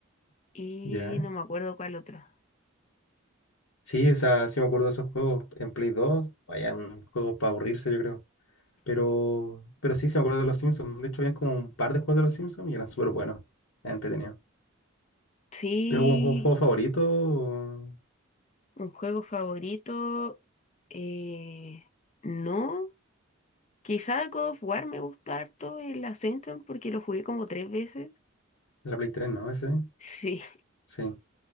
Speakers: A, on the left (about 30°); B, on the left (about 80°).
A: y
B: ya.
A: no me acuerdo cuál otro.
B: Sí, o sea, sí me acuerdo de esos juegos en Play 2. Vaya, un juego para aburrirse, yo creo. Pero, pero sí, sí me acuerdo de los Simpsons. De hecho, habían como un par de juegos de los Simpsons y eran súper buenos. Eran entretenidos.
A: Sí,
B: ¿Tiene algún juego, juego favorito? o-
A: un juego favorito, eh, no. Quizá God of War me gusta harto el Ascension porque lo jugué como tres veces. <laughs>
B: La Play 3, ¿no? Ese.
A: Sí,
B: Sí.